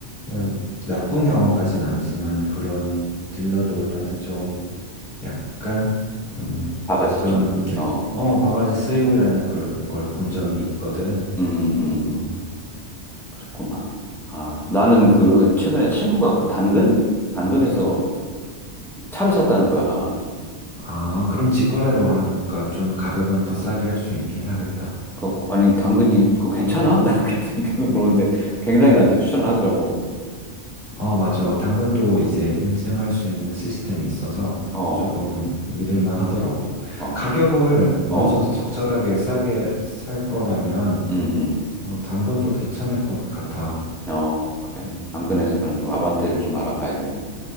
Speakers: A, on the left; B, in the centre.
A: 음, 나쁜 경험까지는 아니지만 그런 딜러들한테 좀 약간, 음,
B: 다 같이
A: 그런,
B: 좀,
A: 게-
B: 어,
A: 어, 바가지 쓰이오라는 그런 걸 본 적이 있거든.
B: 음, 음.
A: 어,
B: 그랬구만. 아, 나는 그, 최근에 친구가 그 당근? 당근에서 차를 샀다는 거야.
A: 아, 그럼 직거래로 하니까 좀 가격은 더 싸게 할 수 있긴 하겠다.
B: 그래갖고, 아니, 당근이, 그거 괜찮아? <laughs> 나 계속, 계속 물었는데, 굉장히 나한테 추천을 하더라고.
A: 어, 맞아. 당근도 이제 인증할 수 있는 시스템이 있어서
B: 어,
A: 조금 믿을만 하더라고.
B: 어,
A: 가격을
B: 어,
A: 어느 정도 적절하게 싸게 살 거라면
B: 음, 음.
A: 어, 당근도 괜찮을 것 같아.
B: 어, 그래.
A: 음.
B: 당근에서 그럼 좀 아반떼를 좀 알아봐야겠네.